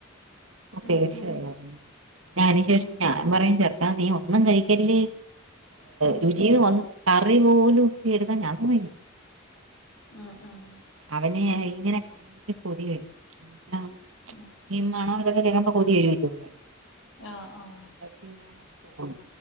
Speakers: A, on the right (about 80°); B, on the left (about 70°).
A: <unintelligible> വയായിരുന്നു
B: ഉം ഉം
A: അതിനുശേഷം
B: ഉം
A: ഞാൻ പറയും ചെർക്കാ നീ ഒന്നും കഴിക്കല്ലേ?
B: ഉം
A: രുചിയ വന് കറി പോലും ഒക്കെ എടുക്കാൻ ഞാൻ സമ്മയികൂലാ
B: അ ആ
A: അവനെ ഇങ്ങനെ കണ്ടിട്ട് കൊതിവരും എന്നുവച്ചാ. <unintelligible>
B: ഉം
A: ഈ മണൊക്കെ കേക്കുബോ കൊതി വരോ
B: ആഹ് ആഹ്
A: തിന്നാനൊക്കെ തോന്നും